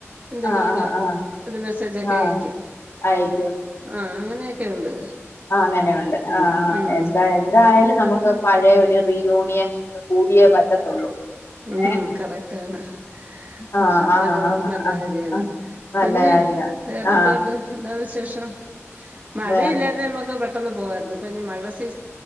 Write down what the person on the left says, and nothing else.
ആഹ്
ആഹ് ആഹ്
ആഹ്
അയക്കും
അങ്ങനെയ ഉണ്ട്
ആ ആ
എന്ത എന്തായ നമുക്ക് പഴയ ഒരു റീയൂണിയൻ കൂടിയേ പറ്റത്തുള്ളൂ
ഏഹ്
ആഹ്
ആഹ് ആഹ്
ആഹ്
ആഹ് നല്ല
കാര്യാ
ആഹ്
വേറെ